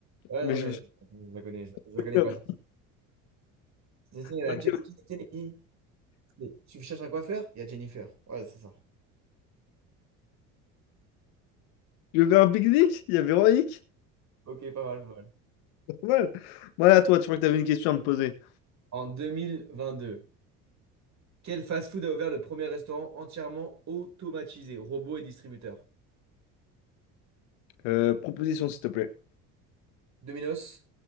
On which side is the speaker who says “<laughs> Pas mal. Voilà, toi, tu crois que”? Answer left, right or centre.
Left